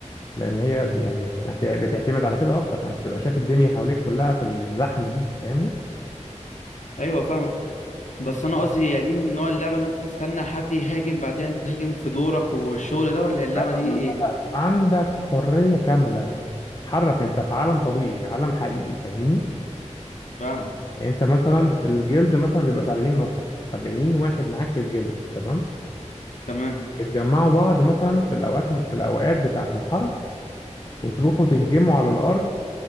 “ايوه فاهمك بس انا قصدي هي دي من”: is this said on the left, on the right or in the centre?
Left